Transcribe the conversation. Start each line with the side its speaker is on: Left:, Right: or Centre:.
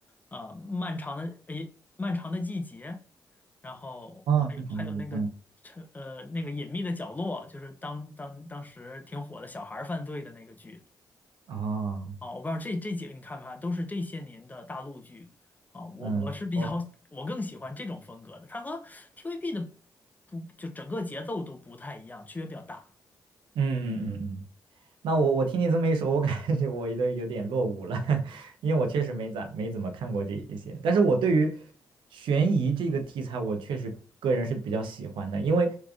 Left: 呃，漫长的诶，漫长的季节，然后还有还有那个
Right: 哦，那可能也嗯。
Left: 呃那个隐秘的角落，就是当当当时挺火的小孩儿犯罪的那个剧
Right: 哦，
Left: 啊，我不知道这这几个你看没看，都是这些年的大陆剧啊，我我是比较我更喜欢这种风格的，
Right: 嗯，我，
Left: 它和 TVB 的不就整个节奏都不太一样，区别比较大
Right: 嗯嗯嗯嗯，那我我听你这么一说，我感觉我都有点落伍了，<laughs> 因为我确实没咋没怎么看过这一些，但是我对于悬疑这个题材，我确实个人是比较喜欢的，因为